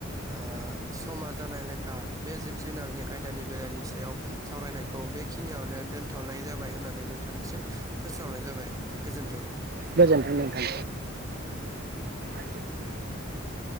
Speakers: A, on the right (about 15°); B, on the right (about 50°).
A: ओ समा जानाय लेखा बे जिब-जुनारनि आयदानि बेलानि सायाव सावरायनायखौ बेखिनियावनो दोनथ'नाय जाबाय होननानै नोंथांनिसिम फोसावनाय जाबाय गोजोन्थों।
B: गोजोनथों नोंथां। <unintelligible>